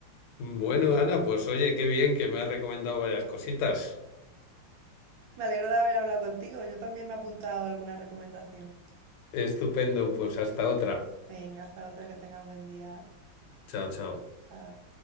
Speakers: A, on the left; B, on the right.
A: Bueno, Ana, pues oye, qué bien que me has recomendado varias cositas.
B: Me alegro de haber hablado contigo, yo también me he apuntado alguna recomendación.
A: Estupendo, pues hasta otra.
B: Venga, hasta otra, que tengas buen día.
A: Chao, chao.
B: Chao.